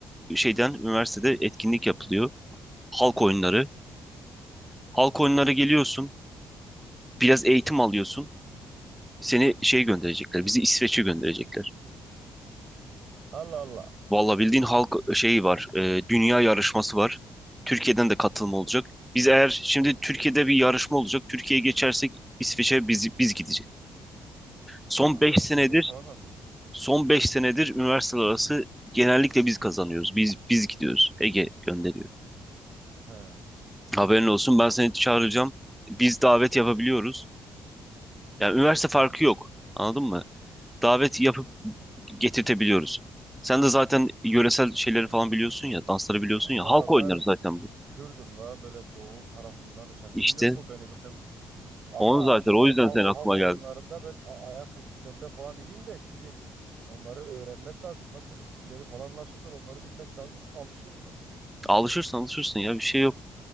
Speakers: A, in the centre; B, on the right.
A: e, şeyden üniversitede etkinlik yapılıyor. halk oyunları. Halk oyunları geliyorsun, biraz eğitim alıyorsun. Seni şey gönderecekler, bizi İsveç'e gönderecekler.
B: Allah Allah.
A: Valla bildiğin halk şeyi var, e, dünya yarışması var. Türkiye'den de katılım olacak. Biz eğer şimdi Türkiye'de bir yarışma olacak, Türkiye'ye geçersek İsveç'e biz, biz gidecek. Son
B: E, kanka
A: 5
B: eğitimleri
A: senedir,
B: falan nasıldı?
A: son 5 senedir üniversiteler arası genellikle biz kazanıyoruz. Biz biz gidiyoruz. Ege gönderiyor.
B: He.
A: Haberin olsun ben seni çağıracağım. Biz davet yapabiliyoruz. Yani üniversite farkı yok. Anladın mı? davet yapıp getirtebiliyoruz. Sen de zaten yöresel şeyleri falan biliyorsun ya, dansları biliyorsun
B: Kanka
A: ya. Halk oyunları
B: ben
A: zaten bu.
B: Kürdüm la böyle doğu tarafındanım. Sen
A: İşte
B: bilmiyor musun beni benim? Ama
A: onu zaten
B: şu an
A: o yüzden
B: halk
A: senin aklıma
B: halk oyunlarında
A: geldi.
B: ben a- ayak ritimlerinde falan iyiyim de şimdi onları öğrenmek lazım. Nasıl ritimleri falan nasıldır onları bilmek lazım. Alışırım ben.
A: Alışırsan alışırsın ya bir şey yok.